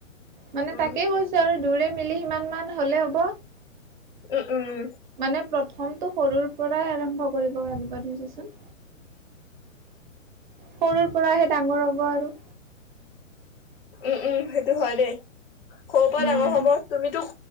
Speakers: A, on the right; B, on the left.
A: মানে,
B: উম
A: তাকেই কৈছ <unintelligible> দুয়োৰে মিলি সিমান মান হ'লে হ'ব।
B: উ উম্।
A: মানে প্ৰথমটো সৰুৰ পৰাই আৰম্ভ কৰিব লাগিব দে দেচোন। সৰুৰ পৰাহে ডাঙৰ হ'ব আৰু
B: উম্ উম্ সেইটো হয় দেই। সৰুৰপৰা
A: উম
B: ডাঙৰ হ'ব, তুমিতো